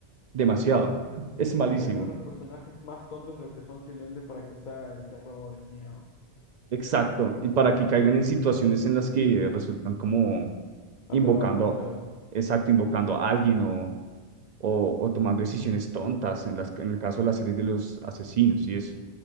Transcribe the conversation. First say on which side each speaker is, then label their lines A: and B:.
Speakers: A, on the right (about 60°); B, on the left (about 55°).
A: Demasiado. <laughs> Es
B: Es como
A: malísimo.
B: que hacen a los personajes más tontos de lo que son simplemente para que sea el terror, el miedo.
A: Exacto. Y para que caigan en situaciones en las que resultan como
B: Aterradoras,
A: invocando,
B: claro.
A: exacto, invocando a alguien o o, o tomando decisiones tontas en las, en el caso de la serie de los asesinos y eso.